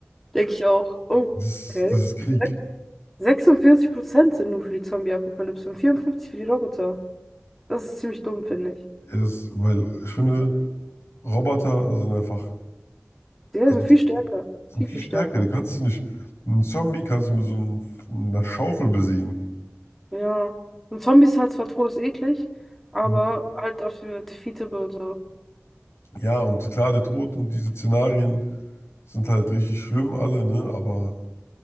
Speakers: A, in the centre; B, on the left (about 75°).
A: Denke ich auch. Oh,
B: Das ist,
A: okay.
B: das ist Krieg.
A: Sech- sechsundvierzig Prozent sind nur für die Zombie-Apokalypse und vierundfünfzig für die Roboter. Das ist ziemlich dumm, finde ich.
B: Es, weil ich finde, Roboter sind einfach,
A: Die sind
B: also
A: viel stärker.
B: sind
A: Viel,
B: viel
A: viel
B: stärker.
A: stärker.
B: Die kannst du nicht, einen Zombie kannst du mit so einem, einer Schaufel besiegen.
A: Ja. Und Zombies halt zwar todeseklig, aber
B: Und
A: halt dafür defeatable und so.
B: Ja, und klar, der Tod und diese Szenarien sind halt richtig schlimm alle, ne? Aber